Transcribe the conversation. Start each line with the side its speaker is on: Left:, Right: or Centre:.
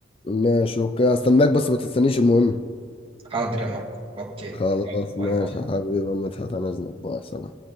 Left: ماشي اوكي استناك بس ما تستنيش المهم
Right: حاضر يا ماركو اوكي
Left: خلاص
Right: يلا باي
Left: ماشي
Right: باي
Left: يا حبيبي يا مدحت انا اذنك بقى سلام